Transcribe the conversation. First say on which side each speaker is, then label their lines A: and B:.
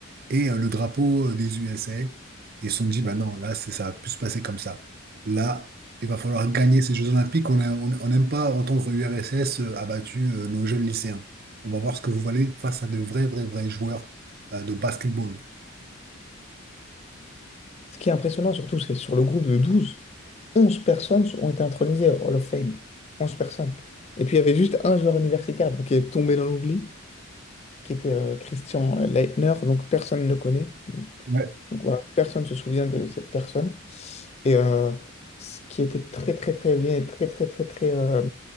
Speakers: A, on the right; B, on the left.
A: et euh, le drapeau euh, des USA. Et ils se sont dit, bah non, là, c'est, ça va plus se passer comme ça. Là, il va falloir gagner ces Jeux Olympiques. On a- on- on n'aime pas entendre URSS euh, a euh, nos jeunes lycéens. On va voir ce que vous valez face à de vrais, vrais, vrais joueurs euh, de basketball.
B: Ce qui est impressionnant surtout, c'est sur le groupe de 12, 11 personnes ont été intronisées au Hall of Fame. 11 personnes. Et puis il y avait juste un joueur universitaire donc, qui est tombé dans l'oubli, qui était euh, Christian Leitner, donc personne ne connaît.
A: Ouais,
B: Donc voilà, personne ne se souvient de cette personne. Et euh, ce qui était très très très bien, très très très très, euh,